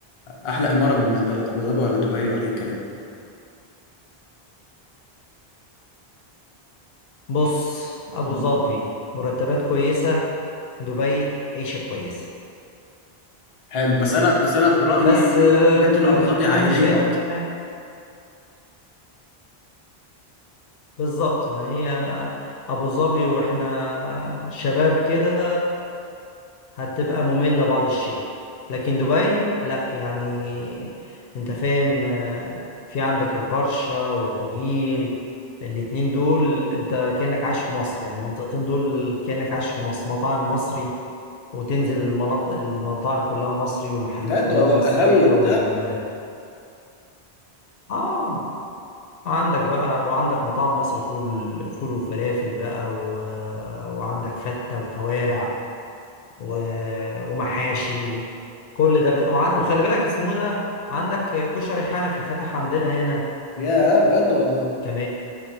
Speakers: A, on the left; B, on the left.
A: احلى اماره بالنسبه لك ابو ظبي ولا دبي ولا ايه الكلام
B: بص أبو
A: مم.
B: ظبي مرتبات كويسة دبي عيشة كويسة
A: حلو بس انا بس انا برايي
B: بس
A: يعني
B: آه،
A: سمعت ان ابو ظبي عائليه
B: أنا شايف
A: اكتر
B: يعني بالظبط ما هي أبو ظبي وإحنا شباب كده هتبقى مملة بعض الشيء لكن دبي لأ يعني أنت فاهم آه، في عندك البرشا وأبو هيل الاتنين دول أنت كأنك عايش في مصر يعني المنطقتين دول كأنك عايش في مصر مطاعم مصري وتنزل المناطق المطاعم كلها مصري والمحلات
A: بجد
B: كلها
A: والله
B: مصرية
A: قهاوي وبتاع
B: وال آه عندك بقى وعندك مطاعم مصر فول فول وفلافل بقى و... وعندك فتة وكوارع و...
A: الله
B: ومحاشي وكل ده بت- وع... وخلي بالك اسمه ده عندك كشري حنفي فتح عندنا هنا
A: يا بجد والله
B: كمان